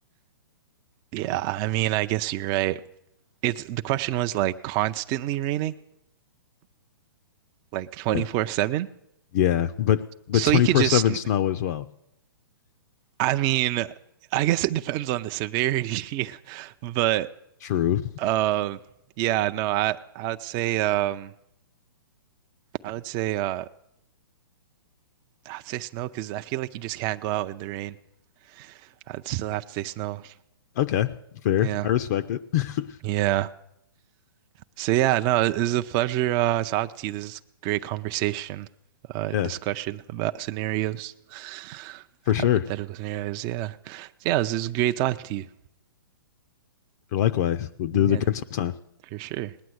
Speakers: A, on the right (about 30°); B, on the left (about 45°).
A: yeah, I mean, I guess you're right. It's the question was like constantly raining, like 24/7.
B: Yeah. Yeah, but but
A: So
B: 24/7
A: you could just
B: snow as well.
A: I mean, I guess it depends on the severity, <laughs> but
B: True.
A: um yeah, no, I I would say um I would say uh I'd say snow because I feel like you just can't go out in the rain. I'd still have to say snow.
B: Okay, fair.
A: Yeah.
B: I respect it. <laughs>
A: Yeah. So yeah, no, it was a pleasure uh talking to you. This is great conversation, uh
B: Yeah,
A: discussion about scenarios,
B: for
A: hypothetical
B: sure.
A: scenarios. Yeah. So, yeah, this is great talking to you.
B: Likewise. We'll do
A: Yeah,
B: it again sometime.
A: for sure.